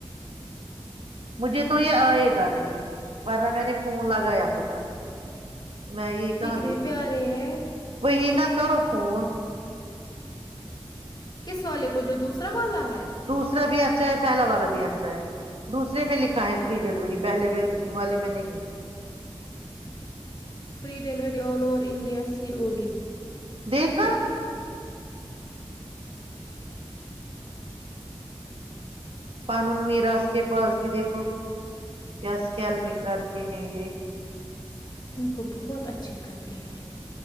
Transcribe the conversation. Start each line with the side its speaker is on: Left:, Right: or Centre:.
Right: مجھے تو یہ آئے گا نہیں ورنہ میں نے فون لگایا خٹ میں یہی کہاں
Left: یہ کتنے
Right: دیکتی
Left: پیارے ہے
Right: وہہینہ کرو فون
Left: کس والے کو جو دوسرا والا ہے
Right: دوسرا بھی اچھا ہے پہلا والا بھی اچھا ہے دوسرے میں لکھا ہے فری ڈلیوری پہلے والے میں نہیں
Left: free delivery all over India C O D
Right: دیکھا پانون میراث کے پاس بھی دیکھو کیا اسکیلپنگ کر کے ہیں یہ
Left: ان کو بہت اچھے کپڑے ہے